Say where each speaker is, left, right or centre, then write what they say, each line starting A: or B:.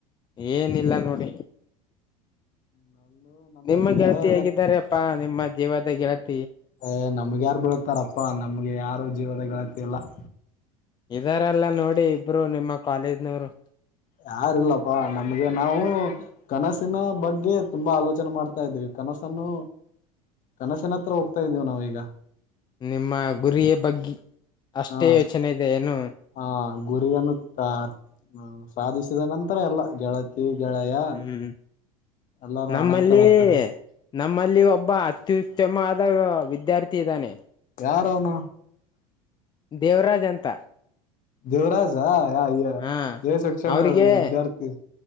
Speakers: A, on the left; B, on the left.
A: ಏನಿಲ್ಲ ನೋಡಿ
B: ನಂದು ನಮ್ಮ
A: ನಿಮ್ಮ
B: ಗೆಳೆಯ
A: ಗೆಲ್ತಿ ಹೇಗಿದ್ದಾರೆಪ್ಪಾ ನಿಮ್ಮ ಜೀವದ ಗೆಳತಿ
B: ಅಯ್ ನಮ್ಗೆ ಯಾರ್ ಬೀಳತಾರಪ್ಪಾ ನಮ್ಗೆ ಯಾರು ಜೀವದಗಳ ಕೇಳ <inaudible>
A: ಇದಾರೆಲ್ಲ ನೋಡಿ ಇಬ್ರು ನಿಮ್ಮ ಕಾಲೇಜ್ನವರು
B: ಯಾರಿಲ್ಲಪ್ಪಾ ನಮ್ಗೆ ನಾವು ಕನಸಿನ ಬಗ್ಗೆ ತುಂಬಾ ಆಲೋಚನೆ ಮಾಡ್ತಾ ಇದ್ದೀವಿ ಕನಸನ್ನು ಕನಸಿನ ಹತ್ರ ಹೋಗ್ತಾ ಇದ್ದೀವಿ ನಾವೀಗ
A: ನಿಮ್ಮ ಗುರಿಯ ಬಗ್ಗೆ ಅಷ್ಟೇ
B: ಹಾ
A: ಯೋಚನೆ ಇದೆ ಏನು
B: ಹ ಗುರಿಯನ್ನು <inaudible> ಸಾಧಿಸಿದ ನಂತರ ಎಲ್ಲ ಗೆಳತಿ ತಿಗಳೆಯ
A: ಹ್ಮ್
B: ಎಲ್ಲಾರೂ
A: ನಮ್ಮಲ್ಲಿ
B: ಆನಂತರ ಬರ್ತಾರೆ
A: ನಮ್ಮಲ್ಲಿ ಒಬ್ಬ ಅತ್ಯುತ್ತಮವಾದ ವಿದ್ಯಾರ್ಥಿ ಇದ್ದಾನೆ
B: ಯಾರ ಅವನ
A: ದೇವರಾಜ್ ಅಂತ
B: ದೇವರಾಜಾ ಯ
A: ಹಾ
B: ಎ ಸೆಕ್ಷನ್
A: ಅವ್ರಿಗೆ
B: ವಿದ್ಯಾರ್ಥಿ